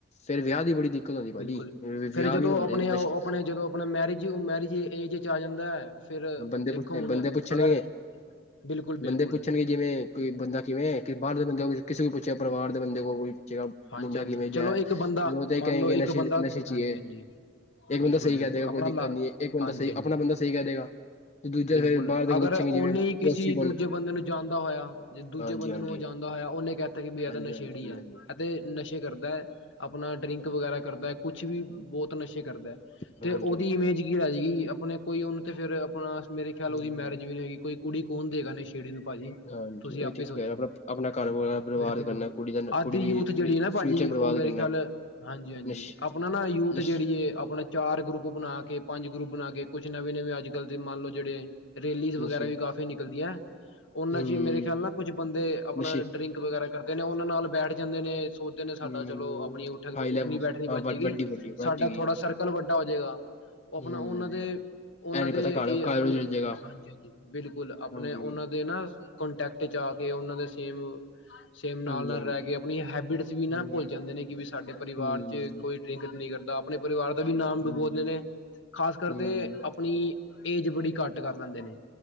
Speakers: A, on the left; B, on the left.
A: ਫਿਰ ਵਿਆਹ ਦੀ ਬੜੀ ਦਿੱਕਤ ਹੁੰਦੀ
B: ਬਿਲਕੁਲ
A: ਭਾਜੀ
B: ਫਿਕਰੇ
A: ਵਿਆਹ
B: ਨੇ ਜਦੋਂ
A: ਵੀ ਨੀ ਹੁੰਦੇ
B: ਆਪਣੇ-ਆਪਣੇ
A: ਨਸ਼ੇ
B: ਜਦੋਂ ਆਪਣਾ ਮੈਰਿਜ-ਮੈਰਿਜ ਏਜ ਚ ਆ ਜਾਂਦਾ ਹੈ ਫਿਰ
A: ਬੰਦੇ
B: ਦੇਖੋ
A: ਪੁੱਛਦੇ
B: ਹੁਣ
A: ਬੰਦੇ ਪੁੱਛਣਗੇ
B: ਅਗਰ ਬਿਲਕੁਲ-ਬਿਲਕੁਲ।
A: ਬੰਦੇ ਪੁੱਛਣਗੇ, ਜਿਵੇਂ ਕੋਈ ਬੰਦਾ ਕਿਵੇਂ ਬਾਹਰ ਦੇ ਬੰਦੇ ਕੋਲ ਕਿਸੇ ਵੀ ਪੁੱਛਿਆ, ਪਰਿਵਾਰ ਦੇ ਬੰਦੇ ਕੋਲ ਕੋਈ ਪੁੱਛੇਗਾ
B: ਹਾਂਜੀ
A: ਮੁੰਡਾ
B: ਹਾਂਜੀ
A: ਕਿਵੇਂ
B: ਚਲੋ
A: ਜਾ,
B: ਇੱਕ ਬੰਦਾ
A: ਫਿਰ ਉਹ ਤਾਂ ਇਹ
B: ਮੰਨ
A: ਕਹਿਣਗੇ
B: ਲਓ ਇੱਕ
A: ਨਸ਼ੇ-ਨਸ਼ੇ
B: ਬੰਦਾ
A: ਚ
B: ਹਾਂਜੀ
A: ਹੀਏ,
B: ਹਾਂਜੀ
A: ਇੱਕ ਬੰਦਾ
B: ਬਿਲਕੁਲ
A: ਸਹੀ
B: ਬਿਲਕੁਲ
A: ਕਹਿ ਦੇਗਾ
B: ਆਪਣਾ
A: ਕੋਈ ਦਿੱਕਤ
B: ਲਾ
A: ਨਹੀਂ ਹੈ, ਇੱਕ ਬੰਦਾ
B: ਹਾਂਜੀ
A: ਸਹੀ
B: ਹਾਂਜੀ
A: ਆਪਣਾ ਬੰਦਾ ਸਹੀ ਕਹਿ ਦੇਗਾ। ਤੇ ਦੂਜਾ
B: ਬਿਲਕੁਲ,
A: ਫਿਰ ਬਾਹਰ ਦੇ ਪੁੱਛਣਗੇ
B: ਅਗਰ ਉਹਨੇ
A: ਜਿਵੇਂ ਪੜੋਸੀ
B: ਕਿਸੇ
A: ਕੋਲ
B: ਦੂਜੇ ਬੰਦੇ ਨੂੰ ਜਾਣਦਾ ਹੋਇਆ ਦੂਜੇ
A: ਹਾਂਜੀ
B: ਬੰਦੇ
A: ਹਾਂਜੀ
B: ਨੂੰ ਉਹ ਜਾਣਦਾ ਹੋਇਆ, ਉਹਨੇ ਕਹਿਤਾ ਕਿ ਇਹ
A: ਹਾਂਜੀ
B: ਤਾਂ ਨਸ਼ੇੜੀ
A: ਹਾਂਜੀ ਹਾਂਜੀ
B: ਹੈ।
A: ਹਾਂਜੀ
B: ਅਤੇ ਨ ਕਰਦਾ ਆਪਣਾ ਡਰਿੰਕ ਵਗੈਰਾ ਕਰਦਾ। ਕੁਛ ਵੀ ਬਹੁਤ ਨਸ਼ੇ ਕਰਦਾ ਤੇ,
A: ਹਾਂਜੀ
B: ਉਹਦੀ
A: ਹਾਂਜੀ
B: ਇਮੇਜ ਕੀ ਰਹ ਜਾਏਗੀ। ਆਪਣੇ ਕੋਈ ਉਹਨੂੰ ਤੇ ਫਿਰ ਆਪਣਾ ਮੇਰੇ ਖਿਆਲ ਉਹਦੀ
A: ਹਮ
B: ਮੈਰਿਜ ਵੀ ਨਹੀਂ ਹੋਈ। ਕੋਈ ਕੁੜੀ ਕੌਣ ਦੇਗਾ ਨਸ਼ੇੜੀ ਨੂੰ ਭਾਜੀ,
A: ਹਾਂਜੀ
B: ਤੁਸੀਂ
A: ਉਹੀ
B: ਆਪੇ
A: ਤੇ ਕਹਿ
B: ਸੋਚੋ।
A: ਰਿਹਾ, ਆਪਣਾ ਆਪਣਾ ਘਰ ਬਾਰ ਬਰਬਾਦ
B: ਬਿਲਕੁਲ-ਬਿਲਕੁਲ,
A: ਕਰਨਾ ਕੁੜੀ ਦਾ
B: ਅੱਜ
A: ਕੁੜੀ
B: ਦੇ
A: ਦੀ
B: ਯੂਥ ਜਿਹੜੀ ਨਾ ਭਾਜੀ
A: ਫਿਊਚਰ ਬਰਬਾਦ
B: ਔ ਮੇਰੇ
A: ਕਰਨਾ
B: ਖਿਆਲ। ਹਾਂਜੀ, ਹਾਂਜੀ
A: ਨਸ਼
B: ਆਪਣਾ ਨਾ ਯੂਥ
A: ਨਸ਼
B: ਜਿਹੜੀ ਏ ਆਪਣਾ ਚਾਰ ਗਰੁੱਪ ਬਣਾ ਕੇ ਪਾਂ ਗਰੁੱਪ ਬਣਾ ਕੇ ਕੁਛ ਨਵੇਂ, ਨਵੇਂ ਅੱਜ ਕਲ ਦੇ ਮਨ ਲਓ ਜਿਹੜੇ ਰੇਲੀਜ਼ ਵਗੈਰਾ
A: ਨਸ਼ੇ
B: ਵੀ ਕਾਫੀ ਨਿਕਲਦੀਆਂ। ਔਨਾਂ
A: ਹਮ
B: ਚ ਵੀ ਮੇਰੇ ਖਿਆਲ ਨਾ ਕੁੱਝ ਬੰਦੇ ਆਪਣਾ
A: ਨਸ਼ੇ
B: ਡਰਿੰਕ ਵਗੈਰਾ ਕਰਦੇ ਨੇ ਔਨਾਂ ਨਾਲ ਬੈਠ ਜਾਂਦ ਦੇ ਨੇ ਸੋਚਦੇ ਨੇ ਸਾਡਾ
A: ਹਮ
B: ਚਲੋ ਆਪਣੀ ਉੱਠਕ
A: ਹਾਈ
B: ਉੱਠਣੀ
A: ਲੈਵਲ
B: ਬੈਠਣੀ ਬਣ
A: ਹਾਂ ਵ
B: ਜਾਏਗੀ।
A: ਵੱਡੀ ਵੱਡੀ ਵੱਜ
B: ਸਾਡਾ
A: ਗਈ
B: ਥੋੜਾ ਸਰਕਲ ਵੱਡਾ ਹੋ ਜਾਏਗਾ। ਔ ਆਪਣਾ
A: ਹਮ
B: ਔਨਾਂ ਦੇ, ਔਨਾਂ
A: ਐ ਨੀ
B: ਦੇ
A: ਪਤਾ ਘਰ
B: ਇਹ
A: ਘਰ
B: ਆਪਣੇ
A: ਚਲ ਜੇਗਾ
B: ਹਾਂਜੀ, ਹਾਂਜੀ ਬਿਲਕੁਲ ਆਪਣੇ
A: ਹਾਂਜੀ
B: ਔਨਾਂ ਦੇ ਨਾ ਕੋਂਟੈਕਟ ਚ ਆ ਕੇ ਔਨਾਂ ਦੇ ਸੇਮ ਸੇਮ ਨਾਲ,
A: ਹਾਂਜੀ
B: ਨਾਲ
A: ਹਾਂਜੀ
B: ਰਹਿ ਕੇ ਆਪਣੀ ਏ ਹੈਬਿਟਸ ਸੀਗੀ ਨਾ
A: ਹਮ
B: ਭੁੱਲ ਜਾਂਦੇ ਨੇ, ਕਿ ਵੀ ਸਾਡੇ ਪਰਿਵਾਰ
A: ਹਮ
B: ਚ ਕੋਈ ਡਰਿੰਕ ਨਹੀਂ ਕਰ ਦਾ ਆਪਣੇ ਪਰਿਵਾਰ ਦਾ ਵੀ ਨਾਮ
A: ਹਮ
B: ਡੁਬੋਦੇਂ ਨੇ ਖਾਸ ਕਰਤੇ
A: ਹਮ
B: ਆਪਣੀ ਏਜ ਬੜੀ ਘੱਟ ਕਰ ਲੈਂਦੇ ਨੇ।